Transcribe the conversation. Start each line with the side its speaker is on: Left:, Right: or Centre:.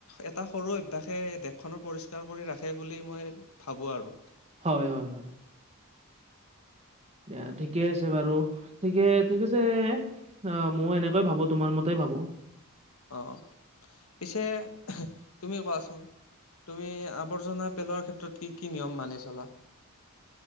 Left: এটা সৰু অভ্যাসে দেশখননৰ পৰিষ্কাৰ কৰি ৰাখে বুলি মই ভাবো আৰু।
Right: হয় হয় হয়। দিয়া ঠিকে আছে বাৰু ঠিকে ঠিক আছে। অ মই এনেকৈ ভাবো তোমাৰ মতে ভাবো।
Left: অ পিছে তুমি কোৱাচোন? তুমি আৱৰ্জনা পেলোৱাৰ ক্ষেত্ৰত কি কি নিয়ম মানি চলা?